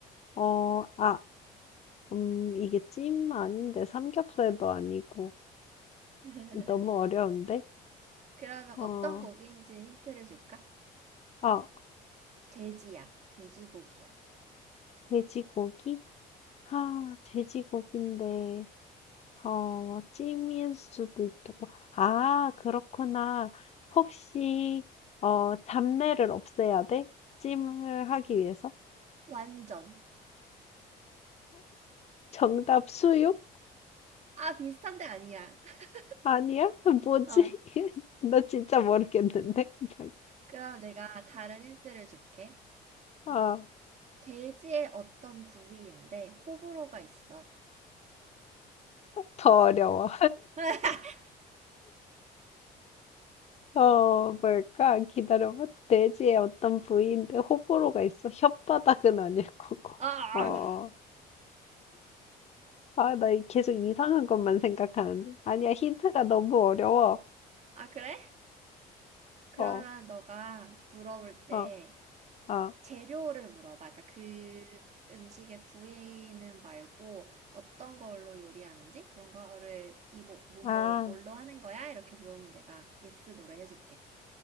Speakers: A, on the left (about 40°); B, on the right (about 40°).
A: 어, 아, 음, 이게 찜 아닌데, 삼겹살도 아니고.
B: <laughs>
A: 너무 어려운데?
B: 그러면
A: 어,
B: 어떤 고기인지 힌트를 줄까?
A: 아,
B: 돼지야, 돼지고기야.
A: 돼지고기? 아, 돼지고기인데, 어, 찜일 수도 있고. 아, 그렇구나. 혹시, 어, 잡내를 없애야 돼? 찜을 하기 위해서?
B: 완전.
A: 정답 수육?
B: 아, 비슷한데 아니야. <laughs>
A: 아니야? <laughs> 뭐지?
B: 어,
A: <laughs> 나 진짜 모르겠는데. 잠-
B: 그럼 내가 다른 힌트를 줄게.
A: 아,
B: 어, 돼지의 어떤 부위인데 호불호가 있어.
A: 더 어려워.
B: <laughs>
A: 어, 뭘까? 기다려봐. 돼지의 어떤 부위인데 호불호가 있어. 혓바닥은 아닐 거고.
B: 아,
A: 어, 아, 나 이- 계속 이상한 것만 생각하는데. 아니야, 힌트가 너무 어려워.
B: 아, 그래? 그러면
A: 어,
B: 너가 물어볼 때
A: 어, 어.
B: 재료를 물어봐. 그러니까 그 음식의 부위는 말고 어떤 걸로 요리하는지 그런 거를 이 뭐, 뭐,
A: 아,
B: 뭐, 뭘로 하는 거야? 이렇게 물어보면 내가 예스 노래 해줄게.